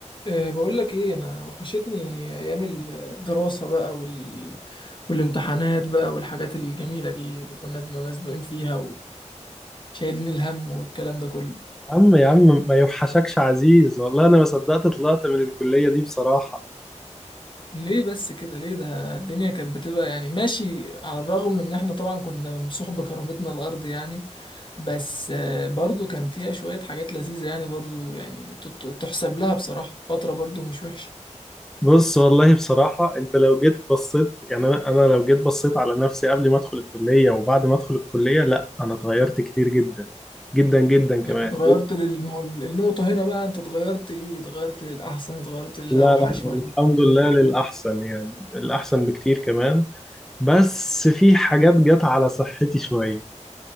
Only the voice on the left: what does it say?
أه بقول لك ايه انا وحشتني ايام الدراسة بقى وال... والامتحانات بقى والحاجات الجميلة دي اللي كنا بنبقى مزنوقين فيها وشايلين الهم والكلام ده كله
ليه بس كده ليه ده الدنيا كانت بتبقى يعني ماشي على الرغم من ان احنا طبعا كنا ممسوح بكرامتنا الارض يعني بس آه، برضو كان فيها شوية حاجات لذيذة يعني برضو يعني تت- تحسب لها بصراحة فترة برضو مش وحشة
يعني اتغيرت لل... ما هو النقطة هنا بقى انت اتغيرت ايه اتغيرت للأحسن اتغيرت للأوحش
ولا
الدنيا